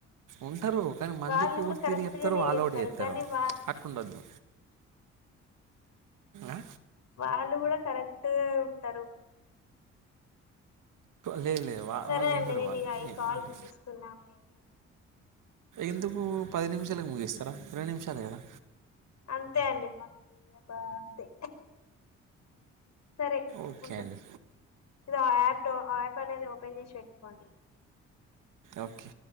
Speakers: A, on the right; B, on the left.
A: ఉంటారు కానీ మందికి
B: వాళ్ళు కూడా
A: ఒక
B: కరెక్ట్
A: తిరిగి చెప్తారు
B: గానే
A: వాళ్ళవాడ చేస్తారు
B: కానీ వా
A: అటు ఉండద్దు ఆ
B: వాళ్ళు కూడా కరెక్ట్ ఉంటారు
A: లేదు లేదు వా-
B: సరే
A: వాళ్ళు
B: అండి
A: ఉండరు
B: నేను
A: వాళ్ళు
B: ఇక అవి కాల్
A: అంటే
B: ముగిస్తున్నాను నేను
A: ఎందుకు పది నిమిషాలకు ముగిస్తారా రెండు నిమిషాలు కదా
B: అంతే అండి మమ్మీ అబా అంతే సరే
A: ఓకే
B: ఉండ
A: అండి
B: ఇది ఆ యాప్ యాప్ అనేది ఓపెన్ చేసి పెట్టుకోండి
A: ఓకే